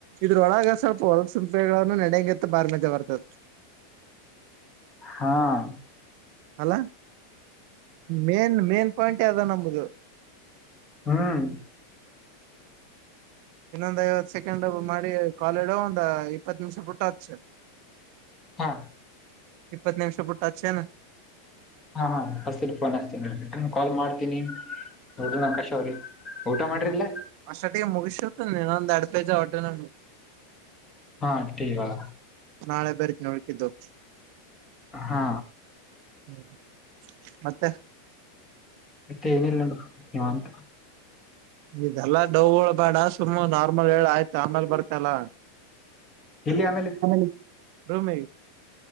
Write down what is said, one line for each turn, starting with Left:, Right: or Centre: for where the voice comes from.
Right: ಇದ್ರೊಳಗ ಸ್ವಲ್ಪ ಹೊಲಸಿಂಪೆನು ನಡೆಯಂಗಗೆತ್ತ ಬಾರ ಮಜ ಬರ್ತದ
Left: ಹಾಂ
Right: ಅಲ್ಲ ಮೇನ್ ಮೇನ್ ಪಾಯಿಂಟ್ ಯಾವ್ದ ನಮ್ದ
Left: ಹ್ಮ್
Right: ಇನ್ನೊಂದ್ ಐವತ್ ಸೆಕೆಂಡ್ ಮಾಡಿ ಕಾಲ ಇಡೋ ಒಂದ ಇಪ್ಪತ್ ನಿಮಿಷ ಬಿುಟ್ಟಚ್ಚ.
Left: ಹಾ
Right: ಇಪ್ಪತ್ತು ನಿಮಿಷ ಬುಟ್ಟು ಹಚ್ಚೇನು
Left: ಹಾ ಹಾ <unintelligible> ಫೋನ್ ಹಚ್ಚೇತೀನಿ ರಿಟರ್ನ್ ಕಾಲ್ ಮಾಡ್ತೀನಿ ನೋಡ ನಂಕಶ ಅವ್ರಿ ಊಟ ಮಾಡ್ರಿಲ್ಲ
Right: ಹ್ಮ್ ಅಾಟ ಮುಗ ಶತ ನಿನಂದ ಅಡಪ ಹೊಟ್ಟ ನ
Left: ಹಾ ಟೀ ಇವಾಗ.
Right: ನಾಳೆ ಬರ್ತೀ ಹಡ್ಕಿದ್ದು
Left: ಹಾ
Right: ಹ್ಮ ಮತ್ತೆ
Left: ಮತ್ತೆ ಏನಿಲ್ಲ ನ ನಿವಂತ
Right: ಇದೆಲ್ಲಾ ಡವಗಳು ಬೇಡ ಸುಮ್ಮ್ ನಾರ್ಮಲ್ ಹೇಳ ಆಯ್ತು ಆಮೇಲ್ ಬರ್ತಲ್ಲ
Left: ಇಲ್ಲಿ ಆಮೇಲೆ
Right: ೇ ರೂಮೇ